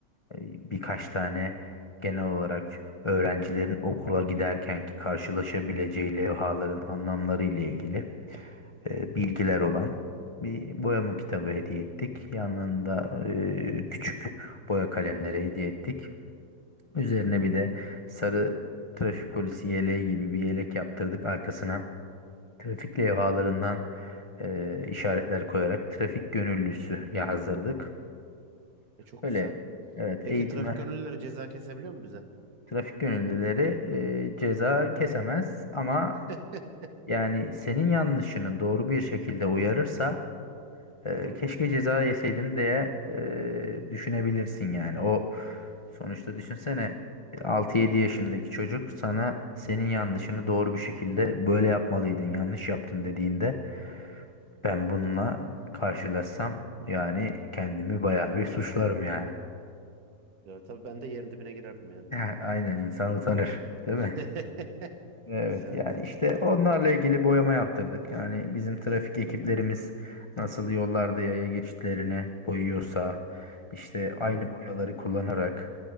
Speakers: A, on the left; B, on the right.
A: e, birkaç tane genel olarak öğrencilerin okula giderkenki karşılaşabileceği levhaların anlamları ile ilgili e, bilgiler olan bir boyama kitabı hediye ettik. Yanında e, küçük boya kalemleri hediye ettik. Üzerine bir de sarı trafik polisi yeleği gibi bir yelek yaptırdık. Arkasına trafik levhalarından e, işaretler koyarak trafik gönüllüsü yazdırdık.
B: E, çok
A: Öyle
B: güzel.
A: evet
B: Peki
A: Ne güzel.
B: trafik gönüllüleri ceza kesebiliyor mu bize?
A: trafik gönüllüleri e, ceza kesemez ama
B: <laughs>
A: yani senin yanlışını doğru bir şekilde uyarırsa e,
B: Hı hı.
A: keşke ceza yeseydim diye e, düşünebilirsin yani. O sonuçta düşünsene 6-7 yaşındaki çocuk sana senin yanlışını doğru bir şekilde böyle yapmalıydın, yanlış yaptın dediğinde ben bununla karşılaşsam yani kendimi bayağı bir suçlarım yani.
B: Evet tabii ben de yerin dibine girerdim
A: <laughs>
B: yani.
A: Aynen insan utanır, değil
B: <laughs>
A: mi? Evet
B: Evet.
A: yani işte onlarla ilgili boyama yaptırdık. Yani bizim trafik ekiplerimiz nasıl yollarda yaya geçitlerini boyuyorsa işte
B: Hı hı.
A: aynı boyaları kullanarak